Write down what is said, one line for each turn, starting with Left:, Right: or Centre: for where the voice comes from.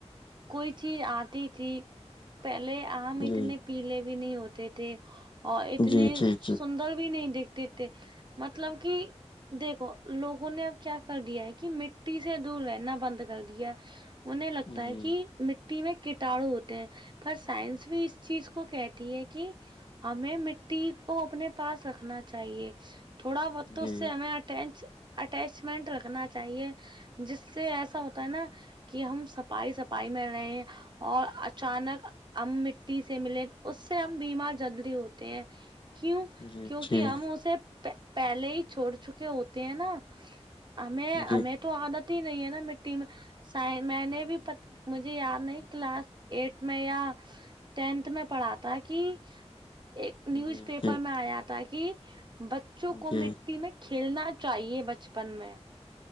Right: کوئی چیز آتی تھی پہلے ہم
Left: جی
Right: اتنے پیلے بھی نہیں ہوتے تھے اور اتنے
Left: جی جی
Right: سندر بھی نہیں دکھتے مطلب کہ دیکھو لوگوں نے اب کیا کر دیا ہے کہ مٹی سے دور رہنا بند کر دیا ہونے لگتا
Left: جی
Right: ہے کہ مٹی میں کٹاڑو ہوتے ہیں پر سائنس بھی اس چیز کو کہتی ہے کہ ہمیں مٹی کو اپنے پاس رکھنا چاہیے تھوڑا بقت
Left: جی
Right: اس سے ہمیں
Left: جی
Right: اٹینچ اٹیچمنٹ رکھنا چاہیے جس سے ایسا ہوتا ہے نا کہ ہم سفائی سف پائی میں رہے اور اچانک ہم مٹی سے ملے اس سے ہم بیمار جلدی ہوتے ہیں کیوں
Left: جی
Right: کیوںک ہم اسے پہلے ہی چھوڑ چکے ہوتے ہیں نا ہمیں
Left: جی
Right: ہمیں تو عادت ہی نہیں ہے نا مٹی میں میں نے بھی مجھے یاد نہیں کلاس ایٹ میں یا ٹینتھ میں پڑھا تھا کہ ایک
Left: جی
Right: نیوز پیپر
Left: جی
Right: میں آیا تھا کہ بچوں
Left: جی
Right: کو م میں کھیلنا چاہیے بچپن میں